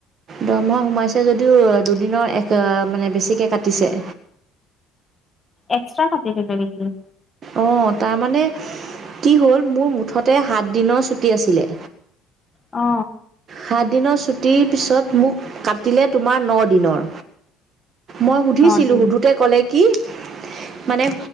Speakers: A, on the right; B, on the left.
A: দৰমহা সোমাইছে যদিও দুদিনৰ এক মানে বেছিকে কাটিছে।
B: এক্সট্ৰা কাতি দিলে নেকি?
A: অ, তাৰ মানে কি হ'ল-মোৰ মুঠতে সাত দিনৰ ছুটি আছিলে।
B: অ।
A: সাত দিনৰ ছুটীৰ পিছত মোক কাটিলে তোমাৰ ন' দিনৰ। মই সুধিছিলোঁ-
B: নদিন
A: সুধোতে ক'লে কি মানে